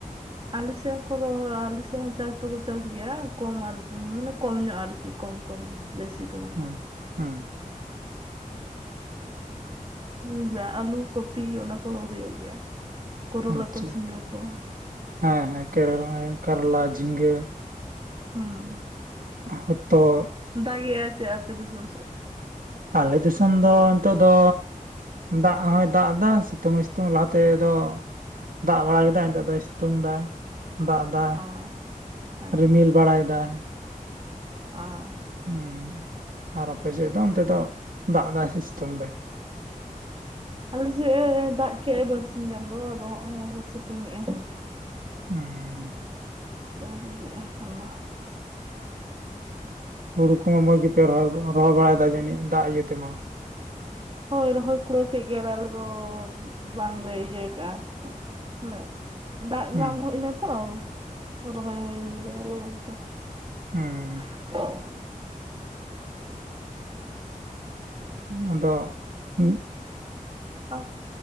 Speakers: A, on the right; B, on the right.
A: ᱟᱞᱮᱥᱮᱫ ᱦᱚᱸ ᱠᱚ ᱨ ᱟᱞᱮᱥᱮᱫ ᱦᱚᱸ ᱠᱚ ᱪᱟᱥ ᱫᱚᱠᱚ ᱪᱟᱥ ᱜᱮᱭᱟ ᱠᱚᱢ ᱟᱨᱠ ᱢᱟᱱᱮ ᱠᱚᱢ ᱧᱚᱜ ᱟᱨᱠᱤ᱾ ᱠᱚᱢ ᱠᱚᱢ ᱵᱮᱥᱤ ᱫᱚ ᱵᱟᱝᱟ
B: ᱦᱚᱸ ᱦᱚᱸ᱾
A: ᱩᱸᱻ ᱵᱟ ᱟᱞᱩ ᱠᱚᱯᱤ ᱚᱱᱟ ᱠᱚᱦᱚᱸ ᱦᱳᱭᱳᱜ᱾ ᱜᱮᱭᱟ ᱠᱚᱨᱚᱞᱟ
B: ᱟᱪᱪᱷᱟ᱾
A: ᱠᱚ ᱡᱷᱤᱸᱜᱟᱹ ᱠᱚ᱾
B: ᱦᱮᱸ ᱦᱮᱸ ᱠᱮᱨ ᱠᱟᱨᱞᱟ ᱡᱷᱤᱸᱜᱟᱹ
A: ᱦᱩᱸ᱾
B: ᱦᱚᱛᱚᱫ᱾
A: ᱫᱟᱜ ᱜᱮ ᱟᱭ ᱥᱮ ᱟᱯᱮ ᱫᱤᱥᱚᱢ ᱥᱮᱫ?
B: ᱟᱞᱮ ᱫᱤᱥᱚᱢ ᱫᱚ ᱱᱤᱛᱚᱜ ᱫᱚᱼᱼ ᱫᱟᱜ ᱦᱚᱭ ᱫᱟᱜ ᱫᱟ ᱥᱤᱛᱩᱝ ᱦᱚᱭ ᱥᱤᱛᱩᱝ ᱞᱟᱦᱟ ᱛᱮ ᱫᱚ ᱫᱟᱜ ᱵᱟᱲᱟ ᱠᱮᱫᱟᱭ ᱱᱤᱛᱳᱜ ᱫᱚᱭ ᱥᱤᱛᱩᱝ ᱫᱟᱭ᱾ ᱫᱟᱜ ᱫᱟᱭ
A: ᱚ ᱦᱮᱸᱛᱚ
B: ᱨᱤᱢᱤᱞ ᱵᱟᱲᱟᱭ ᱫᱟᱭ᱾
A: ᱟᱻ
B: ᱦᱩᱸ ᱟᱨ ᱟᱯᱮ ᱥᱮᱫ ᱫᱚ ᱚᱱᱛᱮ ᱫᱚ ᱫᱟᱜ ᱫᱟᱭ ᱥᱮ ᱥᱤᱛᱩᱝ ᱫᱟᱭ?
A: ᱟᱞᱮ ᱥᱮᱜ ᱮᱻ ᱫᱟᱜ ᱠᱮᱜᱼᱟᱭ ᱵᱟᱨᱥᱤᱧ ᱜᱟᱱ ᱫᱚ, ᱟᱫᱚ ᱦᱚᱸᱜᱼᱚᱭ ᱟᱨᱚ ᱥᱮᱛᱳᱝ ᱮᱸᱜᱼᱟ᱾
B: ᱩᱸ᱾
A: ᱵᱟᱭ ᱫᱟᱜᱮᱜᱼᱟ ᱮᱠᱷᱚᱱ ᱫᱚ᱾
B: ᱦᱩᱲᱩ ᱠᱚᱢᱟ ᱢᱚᱡ ᱜᱮᱯᱮ ᱨᱚᱦᱚ ᱨᱚᱦᱚᱭ ᱵᱟᱲᱟᱭᱫᱟ ᱡᱟᱱᱤᱡ ᱫᱟᱜ ᱤᱭᱟᱹ ᱛᱮᱢᱟ᱾
A: ᱦᱳᱭ ᱨᱚᱦᱚᱭ ᱠᱩᱲᱟᱹᱣ ᱠᱮᱜ ᱜᱮᱭᱟᱞᱮ ᱟᱞᱮ ᱫᱚ ᱵᱟᱝᱞᱮ ᱤᱭᱟᱹ ᱠᱟᱜᱼᱟ᱾ ᱱᱮᱜ ᱫᱟᱜ
B: ᱦᱩᱸ
A: ᱧᱟᱢ ᱦᱩᱭ ᱤᱱᱟᱹ ᱛᱮ ᱨᱚᱦᱚᱭ ᱦᱩᱭᱮᱱ ᱜᱮ ᱞᱚᱜᱚᱱ ᱛᱮ᱾
B: ᱦᱩᱸ᱾
A: <unintelligible>
B: ᱟᱫᱚ ᱦᱩᱸᱜ
A: ᱟ